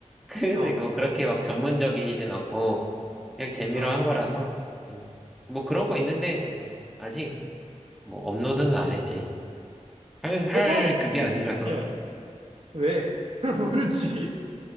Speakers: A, in the centre; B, on the right.
A: <laughs> 근데
B: 어,
A: 뭐 그렇게 막 전문적이진 않고, 그냥 재미로
B: 어.
A: 한 거라서, 음. 뭐 그런 거 있는데,
B: 어.
A: 아직 뭐 업로드는 안 했지. 할, 할
B: 해봐.
A: 그게 아니라서.
B: 이- 응. 왜? <laughs> 모르지.